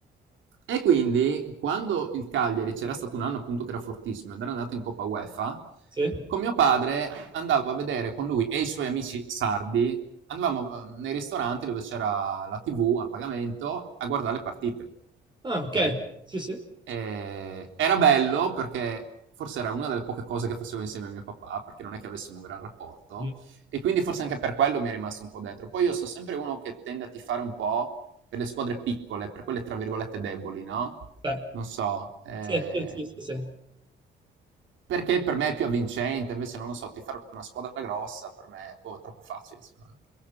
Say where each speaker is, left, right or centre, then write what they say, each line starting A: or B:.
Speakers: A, on the right; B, on the right.
A: E quindi quando il Cagliari c'era stato un anno appunto che era fortissimo ed era andato in Coppa UEFA,
B: Sì?
A: con mio padre andavo a vedere con lui e i suoi amici sardi, andavamo eh, nei ristoranti dove c'era la TV a pagamento a guardare le partite,
B: Ah, ok.
A: ok?
B: Sì, sì.
A: Eh, era bello perché forse era una delle poche cose che facevo insieme a mio papà, perché non è che avessimo un gran rapporto,
B: Mm.
A: e quindi forse anche per quello mi è rimasto un po' dentro. Poi io sono sempre uno che tende a tifare un po' per le squadre piccole, per quelle tra virgolette deboli, no?
B: Beh,
A: Non so, eh,
B: Sì, sì, sì, sì, sì.
A: perché per me è più avvincente, invece non lo so, tifare una squadra grossa per me boh, è boh, troppo facile, secondo me.